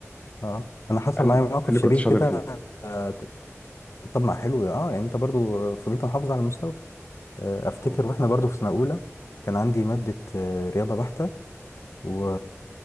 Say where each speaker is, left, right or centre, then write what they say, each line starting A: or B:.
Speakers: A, on the left; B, on the left.
A: اه انا حصل
B: مع ان
A: معايا
B: مع
A: موقف
B: اني
A: شبيه
B: كنت شاطر
A: كده
B: فيها
A: آه كنت- طب ما حلو اه يعني انت برضو فضلت محافظ على المستوى آه افتكر
B: مم.
A: واحنا برضو في سنة اولى كان عندي مادة آه رياضة بحتة و